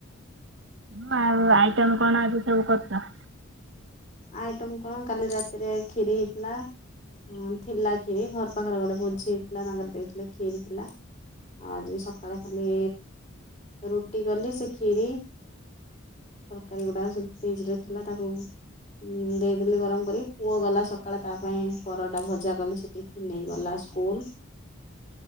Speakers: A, on the right; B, on the left.
A: ହଁ ଆଉ ଆଇଟମ କ'ଣ ଅଛି ସବୁ କରିଛ?
B: ଆଇଟମ କ'ଣ? କାଲି ରାତିରେ କ୍ଷୀରି ହେଇଥିଲା। ହଁ ଥିଲା କ୍ଷୀରି ଘର ପାଖରେ ଗୋଟେ ଭୋଜି ହେଇଥିଲା ତାଙ୍କର ଦେଇଥିଲେ କ୍ଷୀରି ଥିଲା। ଆଜି ସକାଳେ ଖାଲି ରୁଟି କଲି ସେ କ୍ଷୀରି ତରକାରୀ ଗୁଡ଼ାକ ସବୁ ଫ୍ରିଜ ରେ ଥିଲା ତାକୁ ଉ ଦେଇଦେଲି ଗରମ କରିକି ପୁଅ ଗଲା ସକାଳେ ତା ପାଇଁ ପରଟା ଭଜା କରିଛି। ନେଇଗଲା ସ୍କୁଲ